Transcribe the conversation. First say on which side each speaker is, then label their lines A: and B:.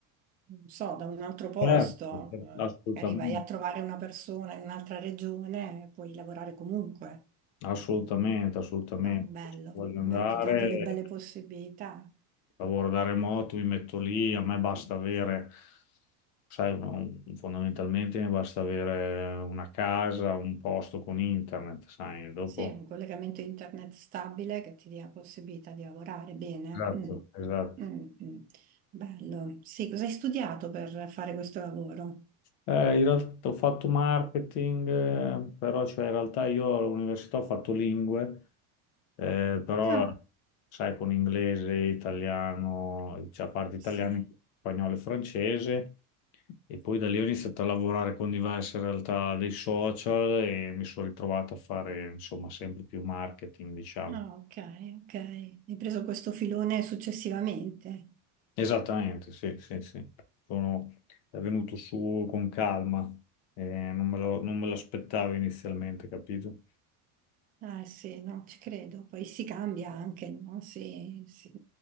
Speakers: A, on the right; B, on the left.
A: non so, da un altro posto.
B: Certo, certo,
A: Eh,
B: assolutamente,
A: Magari vai a trovare una persona in un'altra regione e puoi lavorare comunque.
B: assolutamente, assolutamente.
A: No, è bello.
B: Se Voglio
A: Beh,
B: andare.
A: ti dà delle belle possibilità.
B: lavoro da remoto, mi metto lì, a me basta avere, sai, uno- fondamentalmente mi basta avere una casa, un posto con internet, sai, dopo...
A: Sì, un collegamento internet stabile che ti dia la possibilità di lavorare bene.
B: Esatto.
A: Mm.
B: Esatto.
A: Mm, mm. Bello. Sì, cosa hai studiato per fare questo lavoro?
B: Eh, in realtà ho fatto marketing, eh, però cioè, in realtà io all'università ho fatto lingue, eh, però
A: Ah,
B: sai con inglese, italiano, cioè a parte italiano,
A: sì.
B: spagnolo e francese, e poi da lì ho iniziato a lavorare con diverse realtà dei social e mi sono ritrovato a fare insomma sempre più marketing, diciamo.
A: Ah, ok, ok. Hai preso questo filone successivamente.
B: Esattamente, sì, sì, sì. Sono è venuto su con calma, eh, non me lo- non me l'aspettavo inizialmente, capito?
A: Ah, sì, no, ci credo. Poi si cambia anche, no? Si, si-